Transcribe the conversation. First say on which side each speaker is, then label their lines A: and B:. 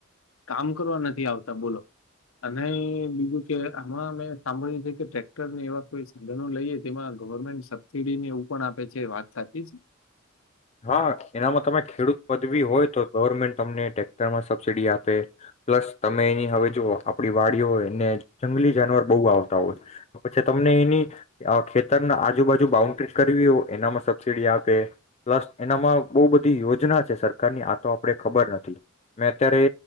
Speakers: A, on the left; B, on the left.
A: કામ કરવા નથી આવતા બોલો અને બીજું કે અમણાં અમે સાંભળ્યું છે કે ટ્રેક્ટર ને એવા કોઈ સાધનો લઈએ તેમાં ગવર્મેન્ટ સબસીડી ને એવું પણ આપે છે, વાત સાચી છે?
B: હા, એનામાં તમે ખેડૂત પદવી હોય તો ગવર્મેન્ટ તમને ટે તામાં સબસિડી આપે, પ્લસ તમે એની હવે જુઓ આપડી વાડીઓ હોયને જંગલી જાનવર બહુ આવતા હોય, પછી તમને એની અ ખેતરના આજુબાજુ બાઉન્ડ્રી જ કરવી હોય એનામાં સબસિડી આપે. પ્લસ એનામાં બઉ બધી યોજના છે સરકારની, આ તો આપડે ખબર નથી મેં અત્યારે